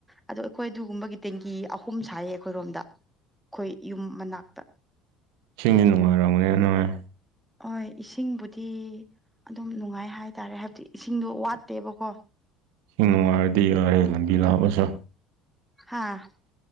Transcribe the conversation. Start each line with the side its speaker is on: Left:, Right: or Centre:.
Centre: ꯑꯗꯣ ꯑꯩꯈꯣꯏ ꯑꯗꯨꯒꯨꯝꯕꯒꯤ ꯇꯦꯡꯀꯤ ꯑꯍꯨꯝ ꯁꯥꯏꯌꯦ ꯑꯩꯈꯣꯏꯔꯣꯝꯗ ꯑꯩꯈꯣꯏ ꯌꯨꯝ ꯃꯅꯥꯛꯇ
Right: ꯆꯤꯡꯅ ꯅꯨꯡꯉꯥꯏ ꯔꯝꯒꯅꯤ ꯅꯣꯏ
Centre: ꯍꯣꯏ ꯏꯁꯤꯡꯕꯨꯗꯤ ꯑꯗꯨꯝ ꯅꯨꯡꯉꯥꯏ ꯍꯥꯏꯇꯥꯔꯦ ꯍꯥꯏꯕꯗꯤ ꯏꯁꯤꯡꯗꯣ ꯋꯥꯠꯇꯦꯕꯀꯣ
Right: ꯏꯁꯤꯡ ꯅꯨꯡꯉꯥꯏꯔꯗꯤ ꯌꯥꯔꯦ ꯂꯝꯕꯤ ꯂꯥꯞꯄꯁꯨ
Centre: ꯍꯥꯥ